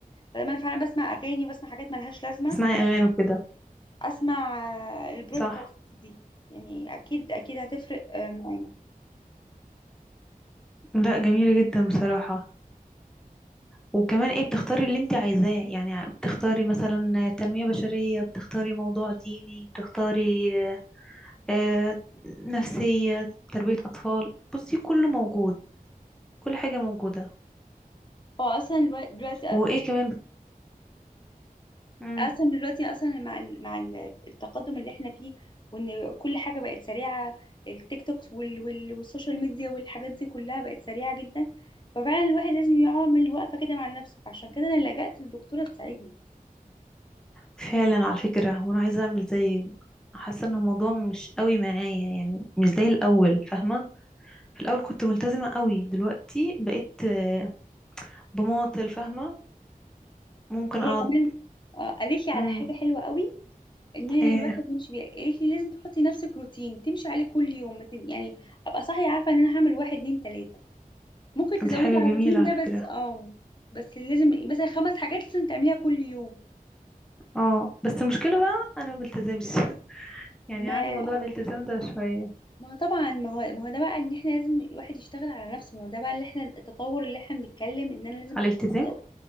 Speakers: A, on the left; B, in the centre.
A: بدل ما انا فعلا بسمع اغاني وبسمع حاجات ملهاش لازمه
B: تسمعي اغاني وكده
A: اسمع آه، البرودكاست
B: صح
A: دي يعني اكيد اكيد هتفرق آه، معانا
B: لا جميلة جدا بصراحة وكمان ايه بتختاري اللي انت عايزاه يعني بتختاري مثلا تنمية بشرية بتختاري موضوع ديني بتختاري آه، نفسية تربية أطفال بصي كله موجود كل حاجة موجودة
A: هو اصلا الوا- دلوقتي
B: وإيه كمان مم.
A: اصلا دلوقتي اصلا مع ال- مع ال- التقدم اللي احنا فيه وان كل حاجه بقت سريعه التيك توكس وال وال والسوشيال ميديا والحاجات دي كلها بقت سريعه جدا ففعلا الواحد لازم يعمل وقفه كده مع نفسه فعشان كده انا لجأت للدكتوره تساعدني
B: فعلا على فكرة وأنا عايزة أعمل زي حاسة إن الموضوع مش قوي معايا يعني مش زي الأول فاهمة في الأول كنت ملتزمة قوي دلوقتي بقيت آه، بماطل فاهمة ممكن
A: هي
B: أقعد
A: كمان آه، قالت لي على
B: مم.
A: حاجه حلوه قوي ان أنا
B: إيه
A: الواحد يمشي بيها قالت لي لازم تحطي نفسك روتين تمشي عليه كل يوم ما تن- يعني ابقى صاحيه عارفه ان انا هعمل واحد اتنين تلاته ممكن تزودي
B: دي حاجة
A: على
B: جميلة
A: الروتين
B: على
A: ده
B: فكرة
A: بس اه بس لازم مثلا خمس حاجات لازم تعمليها كل يوم
B: اه بس المشكلة بقى أنا مبلتزمش <laughs> يعني
A: ما
B: عندي موضوع الالتزام ده شوية
A: ما هو طبعا ما هو ما هو ده بقى ان احنا لازم الواحد يشتغل على نفسه ما هو ده بقى اللي احنا التطور اللي احنا بنتكلم ان انا لازم
B: على الالتزام
A: آه،